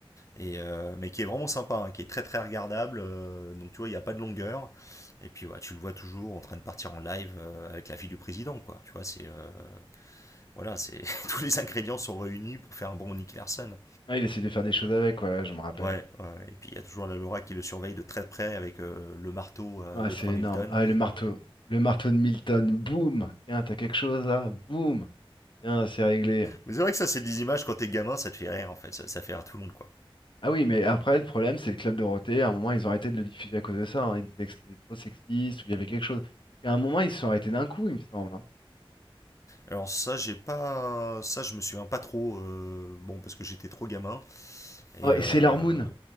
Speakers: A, on the left (about 35°); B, on the left (about 55°).
A: et euh, mais qui est vraiment sympa, hein, qui est très très regardable. euh, donc, tu vois, il n'y a pas de longueur. Et puis, ouais, tu le vois toujours en train de partir en live euh, avec la fille du président, quoi. Tu vois, c'est euh, voilà, c'est <laughs> tous les ingrédients sont réunis pour faire un bon Nick Larson.
B: Ouais, il essaie de faire des choses avec, ouais, ouais, je me rappelle.
A: Ouais, ouais. et puis il y a toujours la Laura qui le surveille de très près avec euh, le marteau euh,
B: Ah,
A: de
B: c'est
A: 3000
B: énorme.
A: tonnes.
B: Ah, le marteau. Le marteau de Milton. Boum! Tiens, t'as quelque chose là? Boum! Tiens, c'est réglé.
A: Mais c'est vrai que ça, c'est des images quand t'es gamin, ça te fait rire en fait, ça, ça fait rire tout le monde quoi.
B: Ah oui, mais après, le problème, c'est le Club Dorothée. À un moment, ils ont arrêté de le diffuser à cause de ça. hein. Ils disaient que c'était trop sexiste ou il y avait quelque chose. À un moment, ils se sont arrêtés d'un coup, il me semble. hein.
A: Alors ça, j'ai pas, ça je me souviens pas trop, euh, bon parce que j'étais trop gamin et
B: Oh, et
A: euh,
B: Sailor Moon.